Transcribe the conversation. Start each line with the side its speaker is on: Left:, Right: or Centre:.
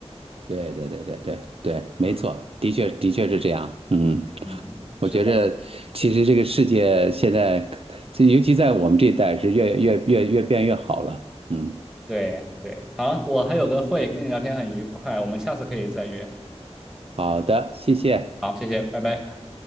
Right: 对对对对对对，没错，
Centre: 嗯，
Right: 的确的确是这样。嗯，
Centre: 嗯，
Right: 我觉着其实这个世界现在，
Centre: 是的，
Right: 这尤其在我们这一代是越越越越变越好了。嗯，
Centre: 对对。好，我还有个会，跟你聊天很愉快，我们下次可以再约。
Right: 好的，谢谢。
Centre: 好，谢谢，拜拜。